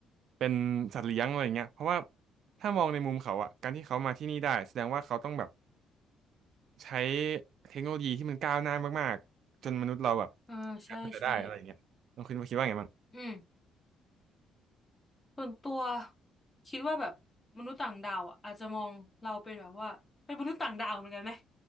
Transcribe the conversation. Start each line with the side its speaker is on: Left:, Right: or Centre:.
Right: เป็นสัตว์เลี้ยงอะไรเงี้ยเพราะว่าถ้ามองในมุมเขาอะการที่เขามาที่นี่ได้แสดงว่าเขาต้องแบบใช้เทคโนโลยีที่มันก้าวหน้ามากๆจนมนุษย์เราแบบ
Left: อ่าใช่ใช่
Right: หาเขาจะได้อะไรเงี้ย น้องคุณคิดว่าไงบ้าง
Left: อืม ส่วนตัวคิดว่าแบบมนุษย์ต่างดาวอ่ะอาจจะมองเราเป็นแบบว่าเป็นมนุษย์ต่างดาวเหมือนกันนะ